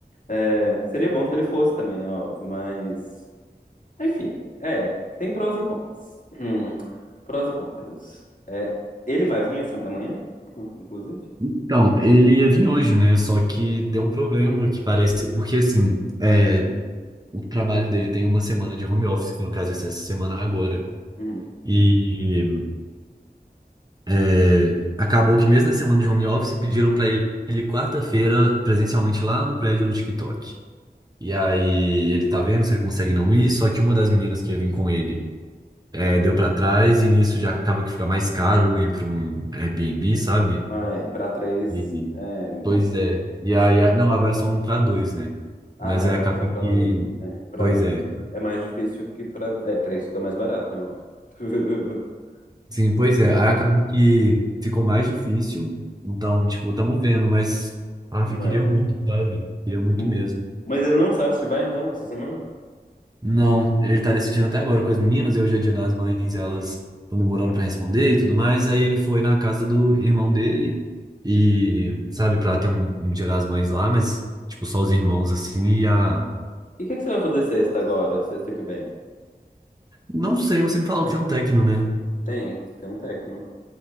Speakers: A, on the left; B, on the right.
A: É, seria bom se ele fosse também, né? Óbvio, mas. Enfim, é. Tem prós e cons. Hum, prós e contras. É, ele vai vir essa é amanhã, Hum, inclusive?
B: Então, ele ia vir hoje, né? Só que deu um problema que parece. Porque, assim, é, o trabalho dele tem uma semana de home office, que no caso é essa semana agora.
A: Hum.
B: E é, acabou que, mesmo na semana de home office, pediram pra ele quarta-feira presencialmente lá no prédio do TikTok. E aí ele tá vendo se ele consegue não ir, só que uma das meninas que ia vir com ele é, deu pra trás, e nisso já acaba que fica mais caro ir pra um Airbnb, sabe?
A: Ah, é, pra três.
B: E-
A: É,
B: Pois é.
A: menos-
B: E aí, a- não, agora são para dois, né?
A: ah,
B: Mas
A: tá, agora
B: aí acaba
A: são pra
B: que.
A: dois. É, pra
B: Pois
A: dois
B: é.
A: é mais difícil que pra. É, três fica mais barato, né? Óbvio. <laughs>
B: Sim, pois é. Aí acaba que ficou mais difícil. Então, tipo, estamos vendo, mas. Ah,
A: Não
B: eu queria
A: é.
B: muito, sabe? Queria muito
A: Hum,
B: mesmo.
A: Mas ele não sabe se vai então essa semana?
B: Não, ele tá decidindo até agora com as meninas. E Hoje é dia das mães, elas estão demorando para responder e tudo mais. Aí ele foi na casa do irmão dele e, sabe, para ter um, um dia das mães lá, mas, tipo, só os irmãos assim e a.
A: E o que que você vai fazer sexta agora? Sexta que vem?
B: Não sei, você me falou que tem um técnico, né?
A: Tem, tem um tecno.